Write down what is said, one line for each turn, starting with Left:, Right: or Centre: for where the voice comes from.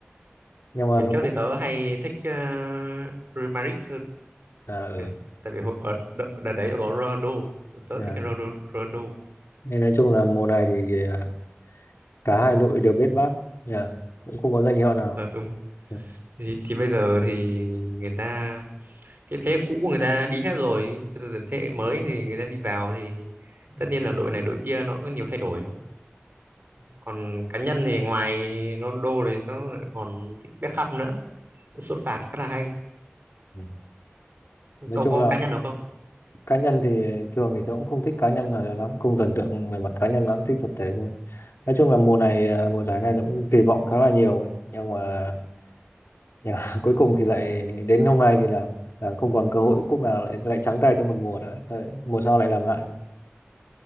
Left: nhưng mà
Right: ngày
Left: nó
Right: trước
Left: cũng
Right: thì tớ hay thích ờ, Real Madrid hơn
Left: à, ừ.
Right: đấy tại vì hồi, ở đợt, đợt đấy có Ronaldo tớ
Left: à.
Right: thích Ronaldo Ronaldo
Left: nên nói chung là mùa này thì ờ, cả hai đội đều bết bát Nhà cũng không có danh hiệu nào
Right: Ờ, đúng
Left: Dạ.
Right: thì, thì bây giờ thì người ta cái thế hệ cũ người ta đi hết rồi bây giờ thế hệ mới thì người ta đi vào thì
Left: ừ.
Right: tất nhiên là đội này đội kia nó có nhiều thay đổi thôi còn cá nhân thì ngoài Ronaldo thì tớ lại còn thích Beckham nữa sút phạt khá là hay
Left: Ừ. nói
Right: cậu
Left: chung
Right: có
Left: là
Right: cá nhân được không
Left: cá nhân thì thường thì tôi cũng không thích cá nhân nào cho lắm không thần tượng về mặt cá nhân lắm thích tập thể hơn nói chung là mùa này ờ, mùa giải này tôi cũng kỳ vọng khá là nhiều ấy. nhưng mà Nhưng mà <laughs> cuối cùng thì lại đến hôm nay thì là là không còn cơ hội cúp nào lại lại trắng tay thêm một mùa nữa Lại- mùa sau lại làm lại